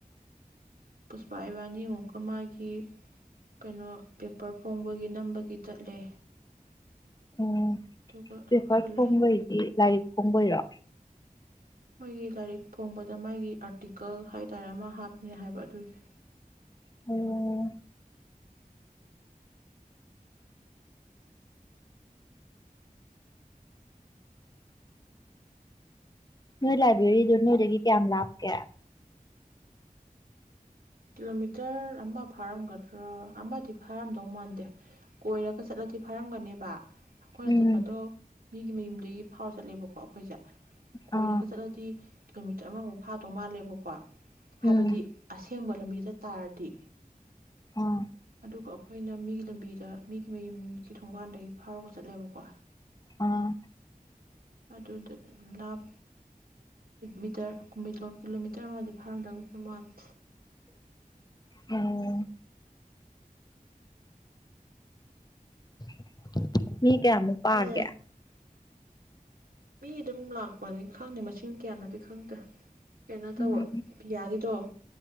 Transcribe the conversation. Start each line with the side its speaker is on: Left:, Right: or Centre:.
Right: ꯄꯨꯁꯄꯥ ꯏꯕꯥꯅꯤ ꯑꯃꯨꯛꯀ ꯃꯥꯒꯤ ꯀꯩꯅꯣ ꯄꯦꯄꯔ ꯐꯣꯡꯕꯒꯤ ꯅꯝꯕꯒꯤ ꯆꯠꯂꯦ
Left: ꯑꯣ
Right: ꯑꯗꯨꯒ
Left: ꯄꯦꯄꯔ
Right: ꯍꯜꯂꯛꯑꯦ
Left: ꯐꯣꯡꯕ ꯍꯥꯏꯗꯤ ꯂꯥꯏꯔꯤꯛ ꯐꯣꯡꯕꯩꯔꯣ
Right: ꯃꯣꯏꯒꯤ ꯂꯥꯏꯔꯤꯛ ꯐꯣꯡꯕꯗ ꯃꯥꯒꯤ ꯑꯥꯔꯇꯤꯀꯜ ꯍꯥꯏꯇꯥꯔꯦ ꯑꯃ ꯍꯥꯞꯅꯤ ꯍꯥꯏꯕ ꯑꯗꯨꯒꯤ
Left: ꯑꯣ ꯅꯣꯏ ꯂꯥꯏꯕ꯭ꯔꯦꯔꯤꯗꯣ ꯅꯣꯏꯗꯒꯤ ꯀꯌꯥꯝ ꯂꯥꯞꯀꯦ
Right: ꯀꯤꯂꯣꯃꯤꯇꯔ ꯑꯃ ꯐꯥꯔꯝꯒꯗ꯭ꯔꯣ ꯑꯃꯗꯤ ꯐꯥꯔꯝꯗꯧ ꯃꯥꯟꯗꯦ ꯀꯣꯏꯔꯒ ꯆꯠꯂꯗꯤ ꯐꯥꯔꯝꯒꯅꯦꯕ ꯑꯈꯣꯏꯅ
Left: ꯎꯝ
Right: ꯆꯠꯄꯗꯣ ꯃꯤꯒꯤ ꯃꯌꯨꯝꯗꯒꯤ ꯐꯥꯎꯔ ꯆꯠꯂꯦꯕ ꯑꯩꯈꯣꯏꯁꯦ ꯀꯣꯏꯔꯒ
Left: ꯑꯥ
Right: ꯆꯠꯂꯗꯤ ꯀꯤꯂꯣꯃꯤ ꯇꯔ ꯑꯃꯃꯨꯛ ꯐꯥꯗꯧ ꯃꯥꯜꯂꯦꯕꯀꯣ ꯍꯥꯏꯕꯗꯤ
Left: ꯎꯝ
Right: ꯑꯁ ꯊꯦꯡꯕ ꯂꯝꯕꯤꯗ ꯆꯠ ꯇꯥꯔꯗꯤ
Left: ꯑꯣ
Right: ꯑꯗꯨꯒ ꯑꯩꯈꯣꯏꯅ ꯃꯤꯒꯤ ꯂꯝꯕꯤꯗ ꯃꯤꯒꯤ ꯃꯌꯨꯝꯒꯤ ꯊꯣꯡꯒꯥꯟꯗꯒꯤ ꯐꯥꯎꯔꯒ ꯆꯠꯂꯦꯕꯀꯣ
Left: ꯑꯣ
Right: ꯑꯗꯨꯗ ꯂꯥꯞ ꯃꯤꯇꯔ ꯀꯨꯜ ꯀꯤꯂꯣꯃꯤꯇꯔ ꯑꯃꯗꯤ ꯐꯥꯔꯝꯗꯧ ꯃꯥꯟꯗꯦ
Left: ꯎꯝ <unintelligible> ꯃꯤ ꯀꯌꯥꯃꯨꯛ ꯄꯥꯒꯦ
Right: ꯑꯩꯅ ꯃꯤ ꯑꯗꯨꯝ ꯂꯥꯛꯄꯅꯤ ꯈꯪꯗꯦ ꯃꯁꯤꯡ ꯀꯌꯥꯅꯣꯗꯤ ꯈꯪꯗꯦ ꯀꯩꯅꯣ ꯇꯧꯕ
Left: ꯎꯝ
Right: ꯄꯤꯌꯥꯒꯤꯗꯣ